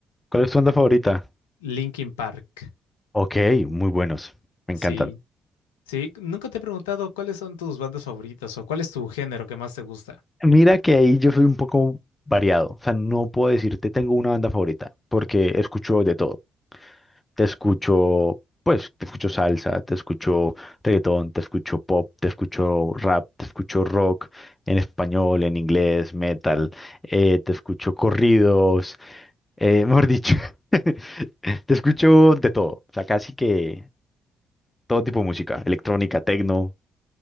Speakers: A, on the left; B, on the left.
A: ¿Cuál es tu onda favorita?
B: Linkin Park.
A: Ok, muy buenos. Me
B: Sí,
A: encantan.
B: sí, nunca te he preguntado cuáles son tus bandas favoritas o cuál es tu género que más te gusta.
A: Mira que ahí yo soy un poco variado. O sea, no puedo decirte tengo una banda favorita porque escucho de todo. Te escucho, pues, te escucho salsa, te escucho reggaetón, te escucho pop, te escucho rap, te escucho rock en español, en inglés, metal, eh, te escucho corridos, eh, mejor dicho. <laughs> Te escucho de todo, o sea, casi que todo tipo de música, electrónica, tecno,